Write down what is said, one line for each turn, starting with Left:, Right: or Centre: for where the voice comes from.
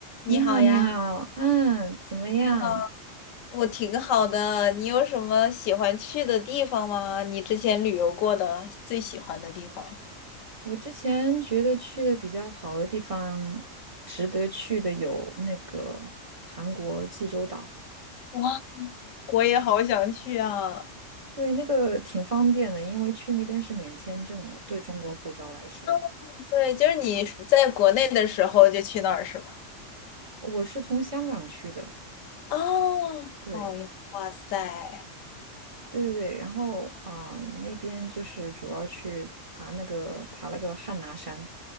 Right: 你好，
Left: 你好呀，
Right: 你好，嗯，怎么样？
Left: 你好，我挺好的。你有什么喜欢去的地方吗？你之前旅游过的最喜欢的地方？
Right: 我之前觉得去的比较好的地方，值得去的有那个韩国济州岛，
Left: 哇，我也好想去啊！
Right: 对，那个挺方便的，因为去那边是免签证的，对中国护照来说，
Left: 嗯对，就是你在国内的时候就去那儿是吗？
Right: 我是从香港去的，
Left: 哦，
Right: 对，
Left: 好呀，哇塞，
Right: 对对对，然后啊、那边就是主要去爬那个爬了个汉拿山，